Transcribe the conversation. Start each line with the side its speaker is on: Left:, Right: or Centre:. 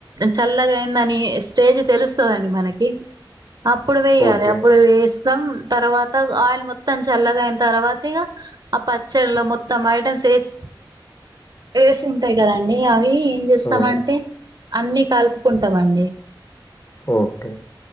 Right: చల్లగాయిందని ఎస్ స్టేజ్ తెలుస్తదండి మనకి అప్పుడు వేయ్యాలి
Left: ఓకే.
Right: ఇప్పుడు వేస్తాం తర్వాత ఆయిల్ మొత్తం చల్లగాయిన తర్వాత ఇక ఆ పచ్చడిలో మొ తమ ఐటమ్స్ యెస్ వేసి ఉంటాయి కదండి అవి ఏం చేస్తామంటే
Left: ఆ!
Right: అన్నీ కలుప్ కుంటామండి
Left: ఓకే.